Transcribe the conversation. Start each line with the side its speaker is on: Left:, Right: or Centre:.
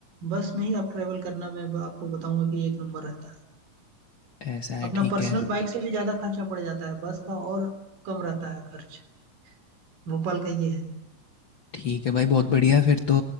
Right: बस में ही आप ट्रेवल करना मैं ब- आपको बताऊंगा कि एक नंबर रहता है
Left: ऐसा है,
Right: अपना
Left: ठीक
Right: पर्सनल
Left: है।
Right: बाइक से भी ज़्यादा खर्चा पड़ जाता है बस का और कम रहता है खर्च भोपाल का ये है
Left: ठीक है भाई बहुत बढ़िया है फिर तो